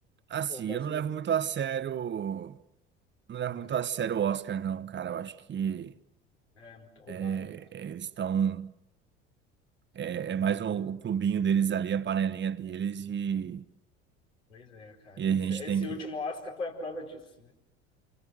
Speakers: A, on the right (about 30°); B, on the left (about 85°).
A: Assim,
B: Pô, mas
A: eu não levo muito a sério. Não levo
B: né,
A: muito a sério o Oscar, não, cara. Eu acho que
B: é muito roubado,
A: é,
B: cara.
A: é, eles estão. É, é mais o, o clubinho deles ali, a panelinha deles, e,
B: Pois é, cara.
A: e a
B: Esse,
A: gente
B: esse
A: tem
B: último
A: que.
B: Oscar foi a prova disso, né?